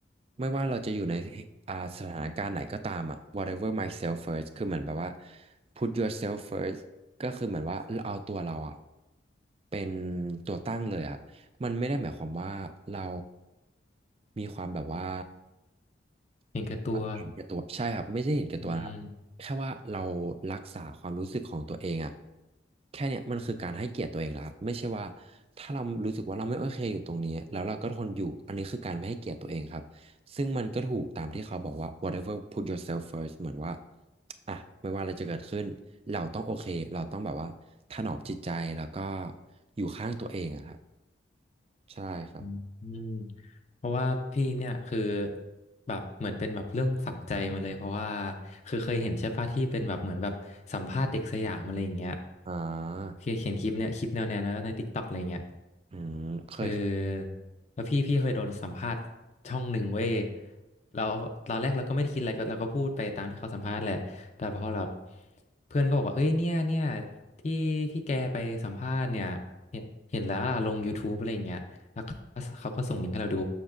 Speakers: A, on the right (about 30°); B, on the left (about 35°).
A: ไม่ว่าเราจะอยู่ในอ่าสถานการณ์ไหนก็ตามอะ whatever myself first คือเหมือนแบบว่า put yourself first ก็คือเหมือนว่าเราเอาตัวเราอะเป็นตัวตั้งเลยอะมันไม่ได้หมายความว่าเรามีความแบบว่า
B: เห็นแก่ตัว
A: เห็นแก่ตัวใช่ครับไม่ใช่เห็นแก่ตัวนะครับแค่ว่าเรา
B: อืม
A: รักษาความรู้สึกของตัวเองอะแค่เนี้ยมันคือการให้เกียรติตัวเองแล้วครับไม่ใช่ว่าถ้าเรารู้สึกว่าเราไม่โอเคอยู่ตรงนี้แล้วเราก็ทนอยู่อันนี้คือการไม่ให้เกียรติตัวเองครับ ซึ่งมันก็ถูกตามที่เขาบอกว่า whatever put yourself first เหมือนว่าอ่ะไม่ว่าอะไรจะเกิดขึ้นเราต้องโอเคเราต้องแบบว่าถนอมจิตใจแล้วก็อยู่ข้างตัวเองอะครับใช่ครับ
B: อืมอืมเพราะว่าพี่เนี่ยคือแบบเหมือนเป็นแบบเรื่องฝังใจมาเลยเพราะว่าคือเคยเห็นใช่ปะที่เป็นแบบเหมือนแบบสัมภาษณ์เด็กสยามอะไรอย่างเงี้ย
A: อ่า
B: เคยเห็นคลิปเนี่ยคลิปแนวแนวนั้นในติ๊กต็อกอะไรอย่างเงี้ย
A: อืมเคย
B: เออแล้วพี่พี่เคยโดนสัมภาษณ์ช่องหนึ่งเว้ยเราตอนแรกเราก็ไม่ได้คิดอะไรก็เราก็พูดไปตามที่เขาสัมภาษณ์แหละแต่พอเราเพื่อนก็บอกว่าเอ้ยเนี่ยเนี่ยที่ที่แกไปสัมภาษณ์เนี่ยเห็นเห็นแล้วอะลง YouTube อะไรอย่างเงี้ยแล้วก็เขาก็ส่งลิงก์ให้เราดู